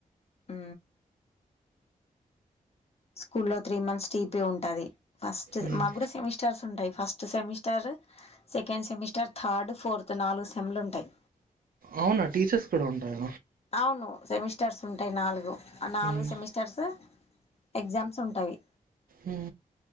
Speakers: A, on the left; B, on the right.
A: ఆ స్కూ లో త్రీ మంత్స్ టీపీ ఉంటుది ఫస్ట్
B: ఉమ్.
A: మాకు కూడా సెమిస్టార్స్ ఉంటాయి. First semester second semester third, fourth నాలుగు సెమిస్టర్స్ ఉంటాయి.
B: అవునా టీచర్స్ కూడా ఉంటాయ.
A: అవును సెమిస్టర్స్ ఉంటాయి నాలుగు ఆ నాలుగు
B: ఉమ్,
A: సెమిస్టర్స్. ఎగ్జామ్స్ ఉంటాయి.
B: అ